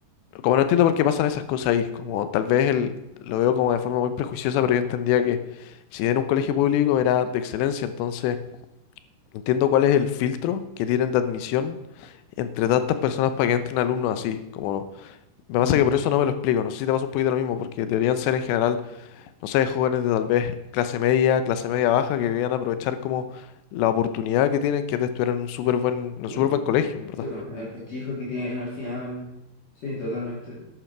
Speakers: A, on the left; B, on the left.
A: Como no entiendo por qué pasan esas cosas ahí, como tal vez el, lo veo como de forma muy prejuiciosa, pero yo entendía que si era un colegio público era de excelencia, entonces entiendo cuál es el filtro que tienen de admisión entre tantas personas para que entren alumnos así, como me
B: Mm,
A: pasa que por eso no me lo explico, no sé si te pasa un poquito lo mismo, porque deberían ser en general, no sé, jóvenes de tal vez clase media, clase media baja, que querían aprovechar como la oportunidad que tienen, que es de estudiar en un súper buen, en
B: tú.
A: un súper buen colegio, en verdad.
B: Sí, bueno, el prestigio que tienen al final. Sí, totalmente.